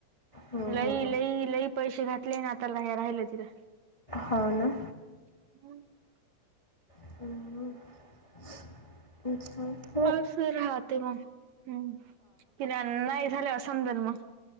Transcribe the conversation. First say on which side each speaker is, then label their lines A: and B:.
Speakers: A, on the left; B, on the right.
A: हम्म,
B: लई,
A: हम्म, हम्म.
B: लई, लई पैसे घातले ना आता लय राहिलं तिला
A: हो ना!
B: <unintelligible>
A: <unintelligible>
B: असं राहते मग, हं की, नाही झाल्याव समजेल मग